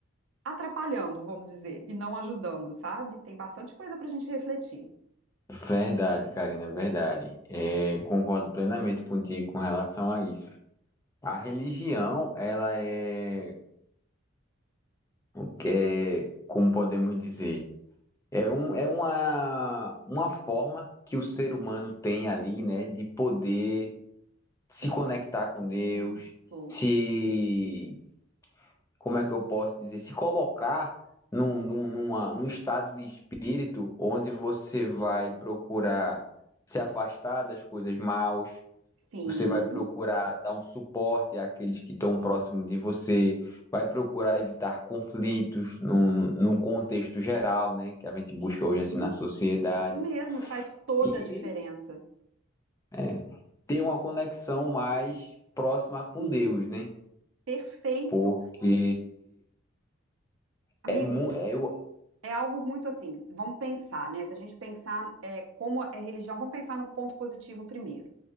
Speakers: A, on the right; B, on the left.
A: atrapalhando, vamos dizer, e não ajudando, sabe? Tem bastante coisa para a gente refletir.
B: verdade, Karina, verdade. É, concordo plenamente contigo com relação a isso. A religião, ela é, o que é, como podemos dizer, é, um, é uma, uma forma que o ser humano tem ali, né, de poder
A: Se
B: se conectar com
A: Isso.
B: Deus, se como é que eu posso dizer, se colocar num, num, numa- num estado de espírito onde você vai procurar se afastar das coisas maus,
A: Sim,
B: você vai procurar dar um suporte àqueles que estão próximos de você, vai procurar evitar conflitos num, num contexto geral, né, que a gente busca
A: sim.
B: hoje assim na sociedade,
A: Isso mesmo, e faz toda
B: e
A: a diferença.
B: é, ter uma conexão mais próxima com
A: Sim,
B: Deus, né?
A: perfeito.
B: Porque
A: Amigos,
B: é muito,
A: É algo muito assim, vamos pensar, né? Se a gente pensar é, como é religião, vamos pensar no ponto positivo primeiro.